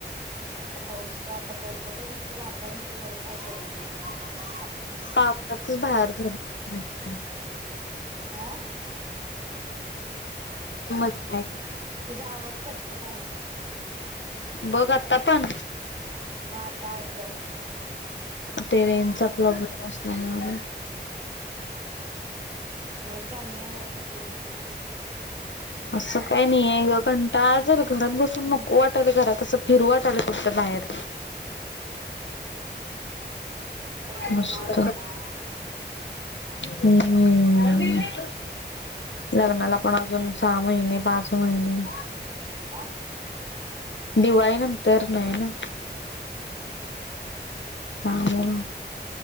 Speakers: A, on the right (about 35°); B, on the left (about 85°).
A: आतां पाऊस आतां पावसाचं नुसतं वातांवरण ते पाऊस कांहीं पडतं नाहीं
B: पावसांच बाहेर फिरत नाही
A: हां
B: ह मस् <unintelligible>
A: तुझां आवांज कटंकटं आलांय
B: बघं आतां पणं
A: हां आत्तां ऐकूं आलं
B: ते रेज चां प्रॉब्लेम असल्यां मुळे
A: हा झोप झांली नाहीं वाटतं पूर्ण तुंझी
B: असं कांहीं नाहीं कंटाळा जरं घरांत बसूंन
A: कुठ
B: नको वाटतं घरांत असं फिरवांंत्यांले फक्तं फिरवां बाहेर
A: फिरणार
B: मस्त
A: आता
B: हम् <unintelligible> लग्नांला पणं अजूंन सहा महिने पांच महिने
A: का
B: दिवाळी नंतर नाही ना
A: ह ह ह
B: काव